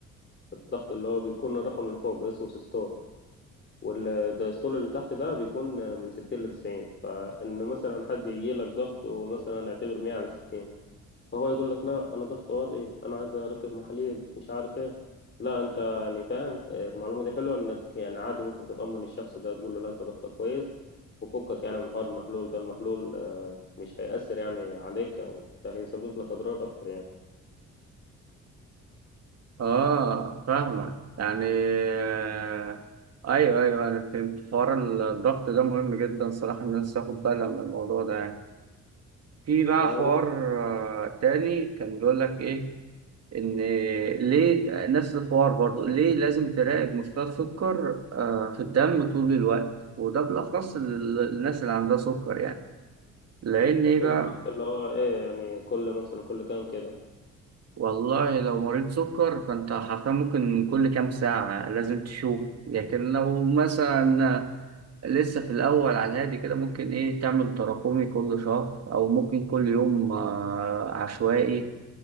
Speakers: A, on the left (about 40°); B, on the right (about 55°).
A: الضغط اللي هو بيكون الرقم اللي فوق اسمه سيستول والدايستول اللي تحت ده بيكون من 60 ل 90 فإن مثلا حد يجي لك ضغط ومثلا اعتبر 100 على 60 فهو يقول لك لا انا ضغط واطي انا عايز اركب محاليل مش عارف ايه لا انت يعني فاهم المعلومه دي حلوه انك يعني عادي ممكن تطمن الشخص ده تقول له لا انت ضغطك كويس وفكك يعني من حوار المحلول ده المحلول آه، مش هيأثر يعني عليك او ده هيسبب لك اضرار اكتر يعني
B: اه فاهمة يعني آه، ايوه ايوه انا فهمت حوار الضغط ده مهم جدا صراحة الناس تاخد بالها من الموضوع ده يعني في بقى
A: ما
B: حوار
A: بقول
B: آه، تاني كان بيقول لك ايه ان ليه نفس الحوار برضو ليه لازم تراقب مستوى السكر آه، في الدم طول الوقت وده بالاخص لل- للناس اللي عندها سكر يعني لان ايه
A: بقول
B: بقى
A: له انت اللي هو ايه يعني كل مثلا كل كام كده
B: والله لو مريض سكر فانت حرفيا ممكن كل كام ساعة لازم تشوف لكن لو مثلا لسه في الأول على الهادي كده ممكن إيه تعمل تراكمي كل شهر أو ممكن كل يوم آه، عشوائي